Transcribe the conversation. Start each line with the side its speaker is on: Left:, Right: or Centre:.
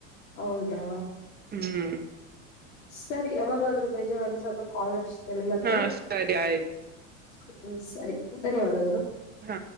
Left: ಹೌದಾ
Right: ಹ್ಮ್
Left: ಸರಿ ಯಾವಾಗಾದ್ರೂ ಬೇಜಾರು ಅನ್ಸದಾಗ ಕಾಲ್ ಅಚ್ಚು. <unintelligible> ಮತ್ತೆ
Right: ಹಾ ಸರಿ ಆಯ್ತು
Left: ಹ್ಮ ಸರಿ ಧನ್ಯವಾದಗಳು
Right: ಹ್ಮ್